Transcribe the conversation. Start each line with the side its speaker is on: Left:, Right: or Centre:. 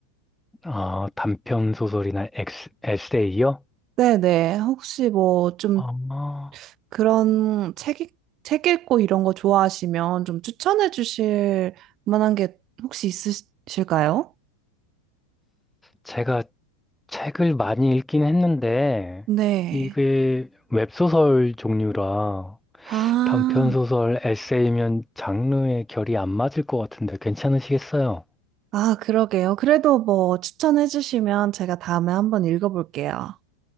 Centre: 아, 단편 소설이나 엑스, 에세이요?
Right: 네네. 혹시 뭐좀
Centre: 아,
Right: 그런 책, 읽- 책 읽고 이런 거 좋아하시면 좀 추천해 주실 만한 게 혹시 있으실까요?
Centre: 제가 책을 많이 읽긴 했는데,
Right: 네.
Centre: 이게 웹소설 종류라
Right: 아,
Centre: 단편 소설, 에세이면 장르의 결이 안 맞을 것 같은데 괜찮으시겠어요?
Right: 아, 그러게요. 그래도 뭐 추천해 주시면 제가 다음에 한번 읽어볼게요.